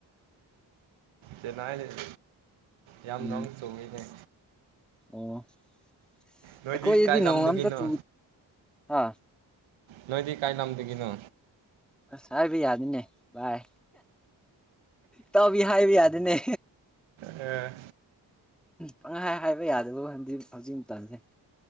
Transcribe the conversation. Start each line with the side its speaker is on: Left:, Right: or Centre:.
Right: ꯀꯥꯏꯅ ꯂꯩ ꯌꯥꯝ
Centre: ꯎꯝ
Right: ꯅ ꯆꯣꯡꯉꯤꯅꯦ
Centre: ꯑꯣ
Right: ꯅꯣꯏꯗꯤ
Centre: ꯀꯣꯏ ꯌꯗꯤ
Right: ꯀꯥꯏ
Centre: ꯅꯣꯡ
Right: ꯂꯝꯗꯒꯤꯅꯣ
Centre: ꯑ ꯇ ꯍꯥ
Right: ꯅꯣꯏꯗꯤꯗꯒꯤ ꯀꯥꯏ ꯂꯝ ꯑꯃꯗꯒꯤ ꯀꯅꯣ
Centre: ꯑꯁ ꯍꯥꯏꯕ ꯌꯥꯗꯤꯅꯦ ꯚꯏ ꯇꯕꯤ ꯍꯥꯏꯕ ꯌꯥꯗꯅꯦ
Right: ꯑ
Centre: ꯄꯪꯍꯥꯏ ꯍꯥꯏꯕ ꯌꯥꯗꯕ ꯋꯥꯟꯗꯤ ꯍꯧꯖꯤꯛ ꯃꯇꯝꯅꯤ